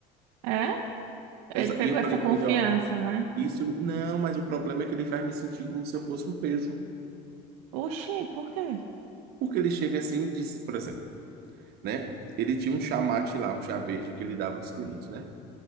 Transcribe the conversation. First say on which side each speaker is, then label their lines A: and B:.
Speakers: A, on the right; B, on the right.
A: É?
B: Essa,
A: Ele pegou
B: e eu falei
A: essa confiança,
B: com ele, ó,
A: né?
B: isso não, mas o problema é que ele faz me sentir como se eu fosse um peso.
A: Oxi, por quê?
B: Porque ele chega assim e diz, por exemplo, né? Ele tinha um chamate lá, um chá verde que ele dava aos clientes, né?